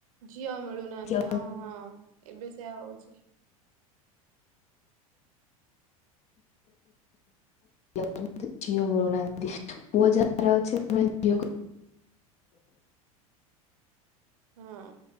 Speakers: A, on the right; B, on the left.
A: ଝିଅ ମିଳୁନାହାନ୍ତି
B: ଝିଅ
A: ହଁ ହଁ ଏବେ ସେୟା ହଉଛି। <inaudible>
B: ଝିଅ ମିଳୁନାହାନ୍ତି ପୁଅ ଯାହାର ଅଛି ସେମାନେ ଝିଅ
A: ହଁ।